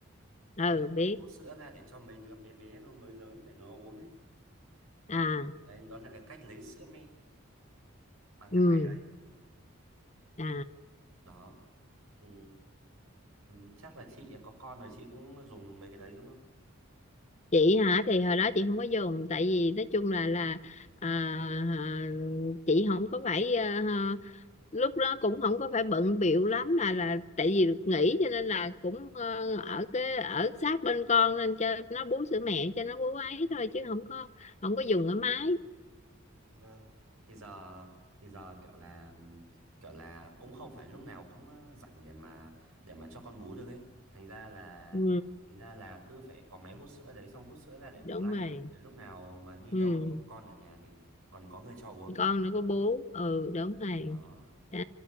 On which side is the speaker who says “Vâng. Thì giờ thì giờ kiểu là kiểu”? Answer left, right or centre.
Right